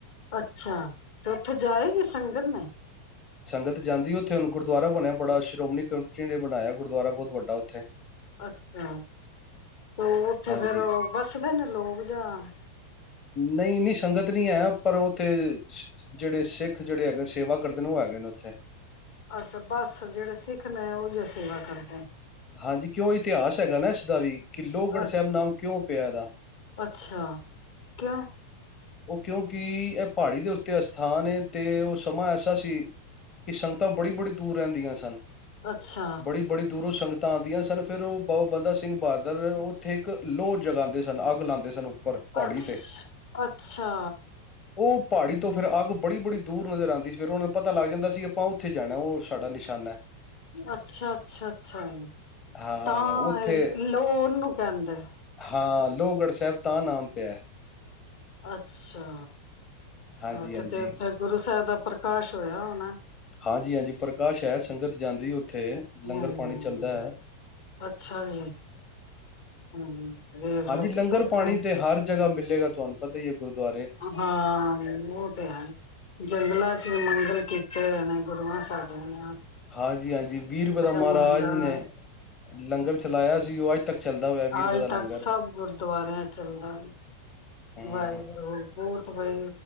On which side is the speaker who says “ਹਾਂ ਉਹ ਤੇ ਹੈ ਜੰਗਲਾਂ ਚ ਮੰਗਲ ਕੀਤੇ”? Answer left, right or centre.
Left